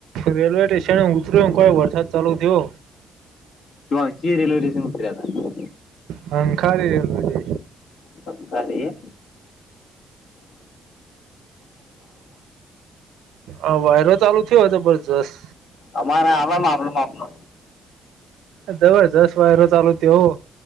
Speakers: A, on the right; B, on the left.
A: રેલવે સ્ટેશન ઉતર્યો પણ કઈ વરસાદ ચાલુ થયો.
B: જો <inaudible> આચીએ રેલ્વે સ્ટેશન ઉતયા હતા.
A: હ ખારીરે બધી.
B: બ.. ખારી
A: આ વાયરો ચાલુ થયો હતો, <inaudible> બબરજસ્ત
B: અમારા આવે માપનો માપ નો.
A: જબરજસ્ત વાયરો ચાલુ, તેવો.